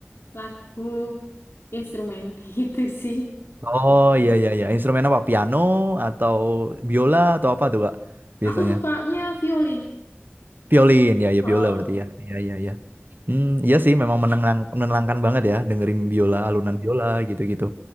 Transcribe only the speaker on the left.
lagu instrumen <laughs> itu sih.
Biasanya.
Aku sukanya violin.
Oh.